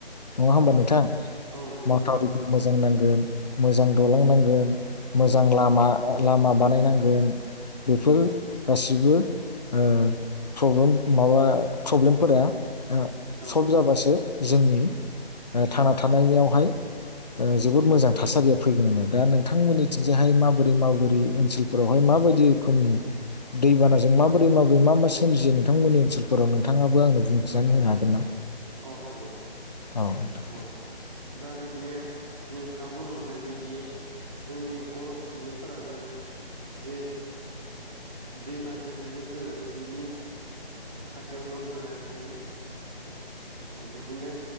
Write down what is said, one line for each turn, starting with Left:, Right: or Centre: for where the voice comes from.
Left: नङा होमबा नोंथां।
Right: औ नंगौ
Left: मावथावरिफोर
Right: नोंथां
Left: मोजां नांगोन मोजां दालां नांगोन मोजां लामा ओ लामा बानायनांगोन। बेफोर गासिबो ओ प्रब्लेम माबा प्रब्लेमफोरा ओ
Right: औ
Left: सल्भ जाबासो जोंनि ओ थांना थानायनियावहाय ओ जोबोद मोजां थासारिया फैगोन होनदों दा नोंथांमोननिथिंजाहाय
Right: औ
Left: माबोरै माबोरै ओनसोलफोरावहाय मा माबायदि रोखोमनि दैबानाजों माबोरै माबोरै मा मा सोमजियो नोंथांमोननि ओनसोलफोराव नोंथाङाबो आंनो बुंथिनानै होनो हागोन ना?
Right: औ हागोन
Left: औ नोंथां
Right: औ दा बिदिनो नोंथाङा बुंनाय बायदि जोंनि बर' सुबुंफोराबो जे दैमा गोदो गोदो बिनि साखाथियाव न' लुनानै थायो। बिदिनो